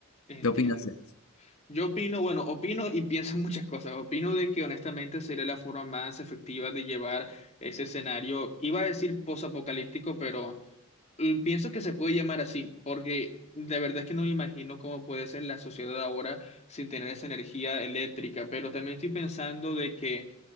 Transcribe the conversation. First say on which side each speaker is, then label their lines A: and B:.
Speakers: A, on the left; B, on the left.
A: entiendo.
B: ¿Qué opinas de eso?
A: Yo opino, bueno, opino y pienso muchas cosas. Opino de que honestamente sería la forma más efectiva de llevar ese escenario. Iba a decir posapocalíptico, pero eh, pienso que se puede llamar así, porque de verdad es que no me imagino cómo puede ser la sociedad ahora sin tener esa energía eléctrica. Pero también estoy pensando de que